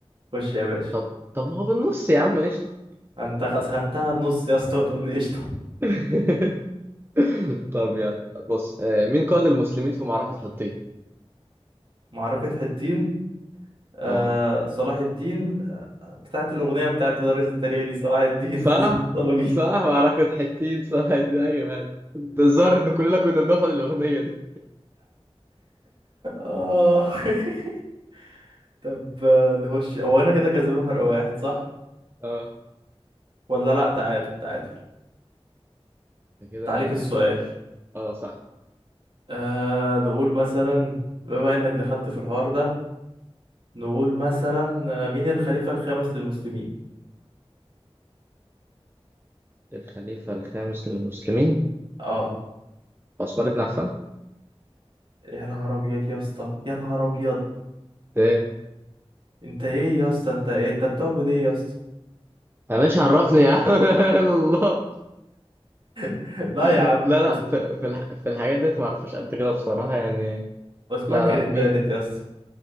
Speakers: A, on the right; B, on the right.
A: خش يا باشا
B: طب طب ما هو بالنص يا عم قشطة
A: انت خسفتها النص يا اسطى وتقول لي قشطة
B: <laughs> طب يلا بص آه، مين قائد المسلمين في معركة حطين
A: معركة حطين آه
B: اه
A: صلاح الدين آه بتاعت الأغنية بتاعت مدرس التاريخ دي صلاح الدين
B: صح
A: <laughs> حسن الطلبي
B: صح معركة حطين صح دي ايوه ايوه ده الظاهر ان كلنا كنا بناخد الاغنية دي
A: اه <laughs> طب آه، نخش هو انا كده كسبان فرق واحد صح
B: اه
A: ولا لا تعادل تعادل
B: ده كده
A: انت عليك السؤال
B: اه صح
A: آه نقول مثلا بما انك دخلت في الحوار ده نقول مثلا آه، مين الخليفة الخامس للمسلمين
B: الخليفة الخامس للمسلمين
A: اه
B: عثمان بن عفان
A: يا نهار ابيض يا اسطى يا نهار ابيض
B: ايه
A: انت ايه يا اسطى انت ايه انت بتعبد ايه يا اسطى
B: يا باشا عرفني يا عم <laughs> الله
A: <laughs> لا يا عم
B: لا لا
A: عث-
B: في في الح- في الحاجات ديت ما اعرفهاش قد كده بصراحة يعني
A: عثمان
B: لا
A: كان
B: لا
A: التالت
B: مين
A: يا اسطى